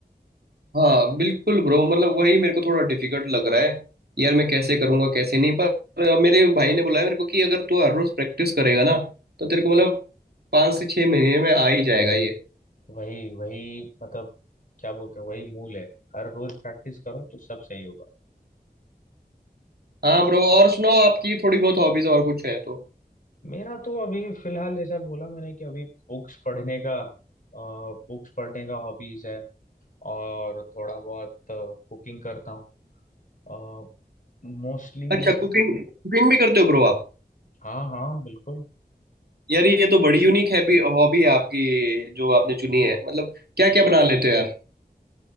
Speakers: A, on the right (about 70°); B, on the left (about 50°).
A: हाँ बिल्कुल ब्रो मतलब वही मेरे को थोड़ा डिफिकल्ट लग रहा है यार मैं कैसे करूँगा कैसे नहीं पर पर मेरे भाई ने बोला है मेरे को कि अगर तू हर रोज प्रैक्टिस करेगा ना तो तेरे को मतलब पाँच से छह महीने में आ ही जाएगा ये
B: वही वही मतलब क्या बोलते हैं वही मूल है हर रोज प्रैक्टिस करो तो सब सही होगा
A: हाँ ब्रो और सुनाओ आपकी थोड़ी बहुत हॉबीज और कुछ है तो
B: मेरा तो अभी फिलहाल जैसा बोला मैंने कि अभी बुक्स पढ़ने का बुक्स पढ़ने का हॉबीज है और थोड़ा बहुत कुकिंग करता हूँ मोस्टली
A: अच्छा कुकिंग कुकिंग भी करते हो ब्रो आप
B: हाँ हाँ बिल्कुल
A: यार ये तो बड़ी यूनिक हैबी हॉबी है आपकी जो आपने चुनी है मतलब क्या क्या बना लेते हो यार